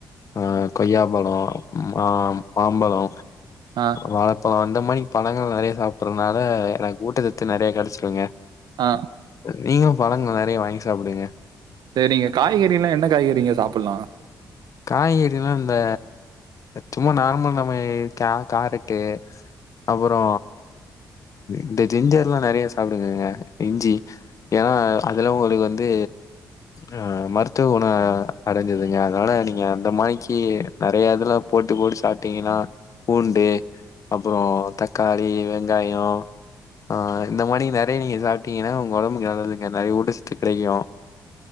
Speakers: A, on the left; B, on the right.
A: ஆ கொய்யா பழோ ஆ மாம்பழோ
B: ஆ,
A: வாழைப்பழோ இந்த மாரி பழங்கள் நறைய சாப்புட்றனால எனக்கு ஊட்டசத் த்து நறைய கெடைச்சிடுங்க
B: ஆ.
A: நீங்களு பழங்கள் நறைய வாங்கி சாப்டுங்க
B: செரிங்க காய்கற னா என்ன காய்கறிங்க சாப்புல்லா
A: காய்கறிலா இந்த சும்மா நார்மல் நம்ம கா காரட்டு அப்பறோ இந்த ஜிஞ்சர்லா நறைய சாப்டுங்கங்க இஞ்சி ஏனா அதுல உங்களுக்கு வந்து ஆ மருத்துவ குண அடைஞ்சதுங்க அதனால நீ ங்க அந்த மாரிக்கு நறைய இதுலா போட்டு போட்டு சாப்ட்டீங்கன்னா பூண்டு அப்றோ தக்காளி வெங்காயோ ஆ இந்த மாரி நறைய நீங்க சாப்ட்டீங்கன்னா உங்க ஒடம்புக்கு நல்லதுங்க நறைய ஊட்டச்சத்து கெடைக்கூ